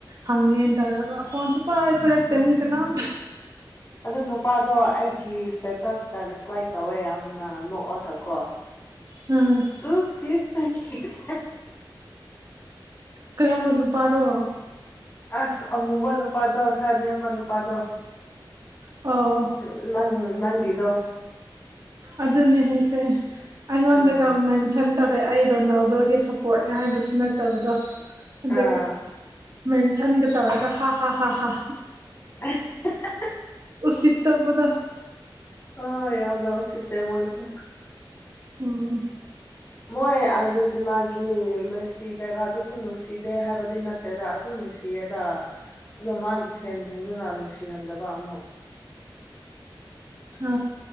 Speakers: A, on the right (about 50°); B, on the left (about 30°).
A: ꯍꯪꯒꯦ ꯇꯧꯔꯒ ꯐꯣꯟꯁꯨꯨꯄꯥꯏ ꯄꯥꯏꯔꯛꯇꯦ ꯃꯤ ꯀꯅꯥꯝ
B: ꯑꯗꯨ ꯅꯨꯄꯥꯗꯣ ꯑꯩꯒꯤ ꯏꯁꯇꯦꯇꯁ ꯇ ꯔꯤꯄ꯭ꯂꯥꯏ ꯇꯧꯋꯦ ꯌꯥꯝꯅ ꯅꯣꯛꯑꯒ ꯀꯣ
A: ꯎꯝ
B: <unintelligible>
A: ꯀꯔꯝꯕ ꯅꯨꯄꯥꯅ‌ꯣ
B: ꯑꯁ ꯑꯃꯨꯕ ꯅꯨꯄꯥꯗꯣ ꯈꯔ ꯅꯦꯝꯕ ꯅꯨꯄꯥꯗꯣ
A: ꯑꯣ
B: ꯎꯝ ꯅꯪ ꯅꯪꯒꯤꯗꯣ
A: ꯑꯗꯨꯅ‌ꯦ ꯍꯥꯏꯁꯦ ꯑꯩꯉ‌ꯣꯟꯗꯒ
B: ꯎꯝ
A: ꯃꯦꯟꯁ‌ꯦꯟ ꯇꯧꯔꯦ ꯑꯩ ꯔꯣꯅꯥꯜꯗꯣꯒꯤ ꯁꯞꯄꯣꯔꯠꯅꯦ ꯍꯥꯏꯕꯁꯨ ꯅꯠꯇꯕꯗꯣ ꯑꯗꯨꯒꯤ
B: ꯑꯥ
A: ꯃꯦꯟꯁꯟꯒ ꯇꯧꯔꯒ ꯍꯥ ꯍꯥ ꯍꯥ ꯍꯥ
B: ꯑ <unintelligible>
A: ꯑꯣ ꯁꯤꯇꯕꯗꯨ
B: ꯑ‌ꯣ ꯌꯥꯝꯅ ꯎꯁꯤꯠꯇꯦ ꯃꯣꯏꯁꯤ
A: ꯎꯝ
B: ꯃꯣꯏ ꯑꯥꯔꯖꯦꯟꯇꯤꯅꯥꯒꯤ ꯃꯦꯁꯤ ꯀꯩꯀꯥꯗꯨꯁꯨ ꯅꯨꯡꯁꯤꯗꯦ ꯍꯥꯏꯕꯗꯤ ꯅꯠ ꯇꯦꯗ ꯑꯗꯨ ꯅꯨꯡꯁꯤꯌꯦꯗ ꯑꯗꯣ ꯃꯥꯒꯤ ꯐꯦꯟꯁꯤꯡꯗꯨꯅ ꯅꯨꯡꯁꯤꯍꯟꯗꯕ ꯑꯃꯨꯛ
A: ꯑ